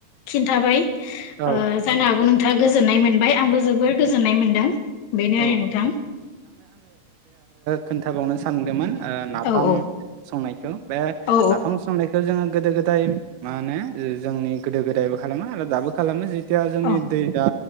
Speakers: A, on the left (about 65°); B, on the right (about 75°).
A: खिन्थाबाय
B: औ
A: ओ जानो हागौ नोंथाङा गो आ गोजोन्नाय मोनबाय आंबो जोबोर गोजोन्नाय मोन्दों बेनो आरो
B: औ ओ
A: नोंथां
B: खोनथाबावनो सा सानदोंमोन ओ नाफाम
A: औ औ
B: संनायखौ बे
A: औ
B: नाफाम संनायखौ जोङो गोदो गोदाय मा होनो जोंनि गोदो गोदायबो खालामो आरो दाबो खालामो जि थिया जोंनि
A: औ
B: दै दा